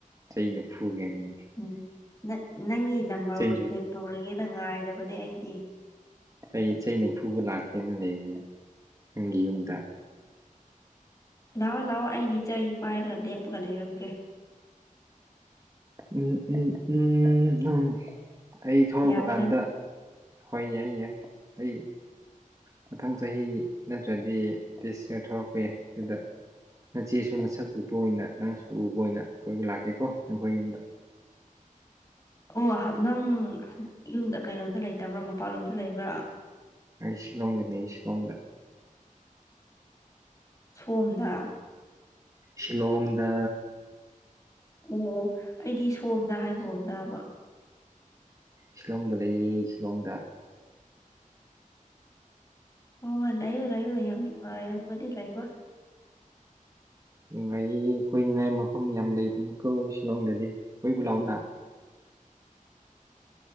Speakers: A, on the right; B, on the left.
A: ꯆꯩꯅ ꯐꯨꯒꯦꯅꯤ
B: ꯎꯝ ꯅꯠ ꯅꯪꯒꯤ ꯅꯝꯕꯔꯕꯨ
A: ꯆꯩꯅ
B: ꯁꯦꯚ ꯇꯧꯔꯒꯦꯅ ꯉꯥꯏꯔꯕꯅꯦ ꯑꯩꯗꯤ
A: ꯑꯩ ꯆꯩꯅ ꯐꯨꯕ ꯂꯥꯛꯀꯦꯅ ꯂꯩꯕꯅꯤ ꯅꯪꯒꯤ ꯌꯨꯝꯗ
B: ꯂꯥꯛꯑꯣ ꯂꯥꯛꯑꯣ ꯑꯩꯒꯤ ꯆꯩ ꯄꯥꯏꯔꯒ ꯂꯦꯞꯄꯒ ꯂꯩꯔꯝꯒꯦ
A: ꯎꯝ ꯎꯝ ꯎꯝ ꯅ ꯑꯩ ꯊꯣꯛꯂꯛꯄ
B: ꯌꯥꯕ
A: ꯀꯥꯟꯗ
B: ꯅꯠ
A: ꯍꯣꯏ ꯌꯥꯏ ꯌꯥꯏ ꯑꯩ ꯃꯊꯪ ꯆꯍꯤ ꯅꯠꯇ꯭ꯔꯗꯤ ꯗꯤꯁ ꯏꯌꯔ ꯊꯣꯔꯛꯄ ꯌꯥꯏ ꯑꯗꯨꯗ ꯅꯆꯦꯁꯨ ꯅꯁꯛ ꯎꯕ ꯑꯣꯏꯅ ꯅꯪꯁꯨ ꯎꯕ ꯑꯣꯏꯅ ꯀꯣꯏꯕ ꯂꯥꯛꯀꯦꯀꯣ ꯅꯈꯣꯏ ꯌꯨꯝꯗ
B: ꯑꯣ ꯍꯥ ꯅꯪ ꯌꯨꯝꯗ ꯀꯩꯅꯣꯗ ꯂꯩꯇꯕ꯭ꯔꯥ ꯃꯄꯥꯟꯂꯣꯝꯗ ꯂꯩꯕ꯭ꯔꯥ
A: ꯑꯩꯩ ꯁꯤꯂꯣꯡꯗ ꯂꯩ ꯁꯤꯂꯣꯡꯗ
B: ꯁꯣꯝꯗ
A: ꯁꯤꯂꯣꯡꯗ
B: ꯑꯣ ꯑꯣ ꯑꯩꯗꯤ ꯁꯣꯝꯗ ꯍꯥꯏꯒꯨꯝ ꯇꯥꯕ
A: ꯁꯤꯂꯣꯡꯗ ꯂꯩꯌꯦ ꯁꯤꯂꯣꯡꯗ
B: ꯍꯣ ꯍꯣ ꯂꯩꯌꯨ ꯂꯩꯌꯨ ꯌꯥꯝ ꯅꯨꯡꯉꯥꯏꯔꯝꯒꯅꯤ ꯂꯩꯕ
A: ꯅꯨꯡꯉꯥꯏꯌꯦ ꯀꯣꯏꯅꯤꯡꯉꯥꯏ ꯃꯐꯝ ꯌꯥꯝ ꯂꯩꯕꯅꯤꯀꯣ ꯁꯤꯂꯣꯡꯗꯗꯤ ꯀꯣꯏꯕ ꯂꯥꯛꯎꯅ